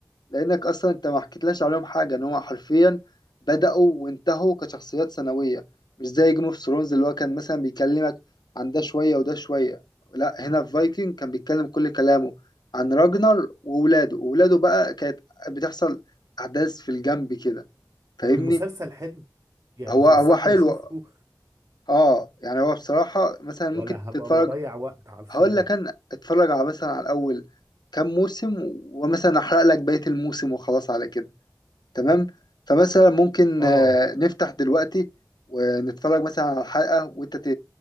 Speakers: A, on the left; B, on the right.
A: لانك اصلا انت ما حكيتلاش عليهم حاجه ان هو حرفيا بداوا وانتهوا كشخصيات ثانويه مش زي جيم اوف ثرونز اللي هو كان مثلا بيكلمك عن ده شويه وده شويه لا هنا في فايكنج كان بيتكلم كل كلامه عن راجنر وولاده وولاده بقى كانت بتحصل احداث في الجنب كده فاهمني
B: طب المسلسل حلو يعني
A: هو
B: تنصحني
A: هو حلو
B: اشوفه
A: اه يعني هو بصراحه مثلا ممكن
B: ولا
A: تتفرج
B: هبقى بضيع وقت على الفاضي
A: هقول لك انا اتفرج على مثلا على اول كام موسم ومثلا احرق لك بقيه الموسم وخلاص على كده تمام فمثلا ممكن
B: اه
A: آه، نفتح دلوقتي ونتفرج مثلا على حلقة وانت ت-